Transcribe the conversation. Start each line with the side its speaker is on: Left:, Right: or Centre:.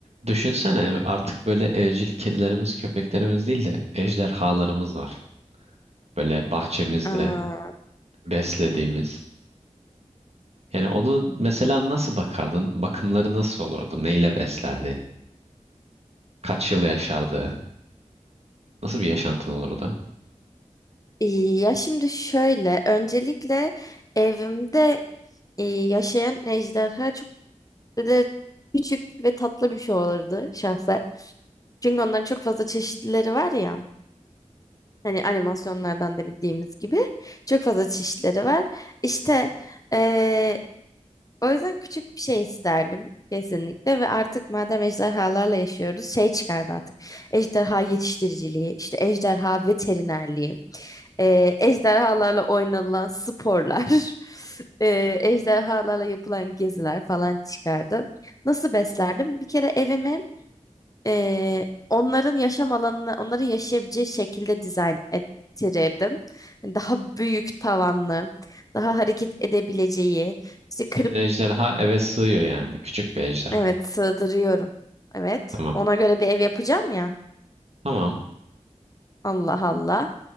Right: Düşünsene artık böyle evcil kedilerimiz, köpeklerimiz değil de ejderhalarımız var. Böyle bahçemizde
Left: Aa,
Right: beslediğimiz. Yani onu mesela nasıl bakardın? Bakımları nasıl olurdu? Neyle beslerdin? Kaç yıl yaşardı? Nasıl bir yaşantın olurdu?
Left: iyi. Ya şimdi şöyle, öncelikle evimde e, yaşayan ejderha çok böyle küçük ve tatlı bir şey olurdu şahsen. Çünkü onların çok fazla çeşitlileri var ya. Hani animasyonlardan da bildiğimiz gibi çok fazla çeşitleri var. İşte e, o yüzden küçük bir şey isterdim kesinlikle ve artık madem ejderhalarla yaşıyoruz şey çıkardı artık. Ejderha yetiştiriciliği, işte ejderha veterinerliği. e, ejderhalarla oynanılan sporlar, <laughs> e,
Right: Hmm.
Left: ejderhalarla yapılan geziler falan çıkardı. Nasıl beslerdim? Bir kere evimi e, onların yaşam alanına, onların yaşayabileceği şekilde dizayn ettirirdim. Hani Daha büyük tavanlı, daha hareket edebileceği, işte
Right: Senin
Left: kırıp,
Right: ejderha eve sığıyor yani. Küçük bir ejderha.
Left: evet sığdırıyorum. Evet,
Right: Tamam.
Left: ona göre bir ev yapacağım ya.
Right: Tamam.
Left: Allah Allah.